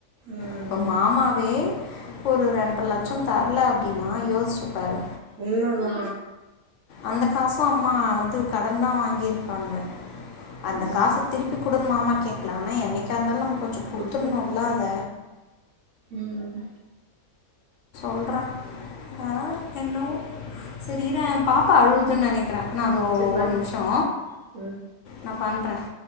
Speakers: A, on the right; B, on the left.
A: ம்
B: இப்போ மாமாவே ஒரு ரெண்டர லட்சம் சும் தரல அப்டின்னா யோசிச்சுபாரு
A: உண்மதா
B: அந்த காசும் அம்மா வந்து கடன் தான் வாங்கிரு வாங்க அந்த
A: ம்
B: காச திருப்பி குடுங்க மாமா கே ப்ளானா என்ன எப்டியாருந்தாலும் நம்ம கொஞ்சோ குடுத்துருனுல
A: குடுத்தோனா
B: அத
A: ம்
B: பண்றான் அ என்னவோ சரி இரேன் பாப்பா அழுவுதுன் நெனைக்கறேன் நான் தோ
A: சரி பாய்
B: ஒரு நிமிஷோ
A: ம்
B: நா பண்றன்